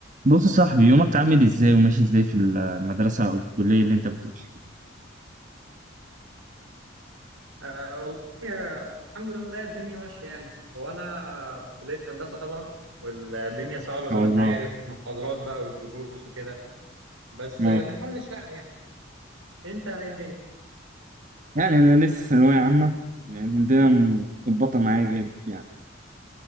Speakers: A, on the right; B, on the right.
A: بص يا صاحبي يومك عامل ازاي وماشي ازاي في المدرسة أو الكلية اللي أنت بتروحها؟
B: آه، والله آه، الحمد لله الدنيا ماشية يعني هو أنا في كلية هندسة طبعا والدنيا صعبة
A: ما شاء
B: زي ما
A: الله
B: أنت عارف المحاضرات بقى والدروس وكده بس
A: أه
B: آه، بنحاول نشتغل يعني أنت إيه الدنيا؟
A: يعني أنا لسه ثانوية عامة يعني الدنيا متظبطة معايا جامد يعني